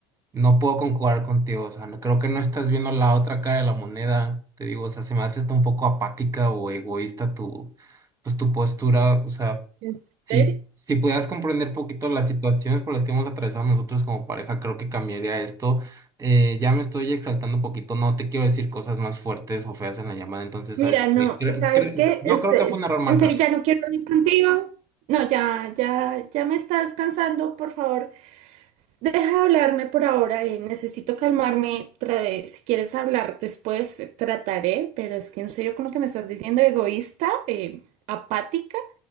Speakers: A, on the right (about 20°); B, on the right (about 55°).
A: no puedo concordar contigo, o sea, no, creo que no estás viendo la otra cara de la moneda, te digo, o sea, se me hace hasta un poco apática o egoísta tu, pues, tu postura, o sea,
B: ¿En
A: si,
B: serio?
A: si pudieras comprender un poquito las situaciones por las que hemos atravesado nosotros como pareja, creo que cambiaría esto. Eh, ya me estoy exaltando un poquito, no te quiero decir cosas más fuertes o feas en la llamada, entonces,
B: Mira,
A: ¿sabes
B: no,
A: qué? Cre-
B: ¿sabes
A: cre-
B: qué?
A: yo
B: Este,
A: creo que fue un error marcar.
B: en serio, ya no quiero ir contigo. No, ya, ya, ya me estás cansando, por favor. Deja de hablarme por ahora, eh, necesito calmarme. Tra- si quieres hablar después, eh, trataré, pero es que en serio, con lo que me estás diciendo, egoísta, eh, apática.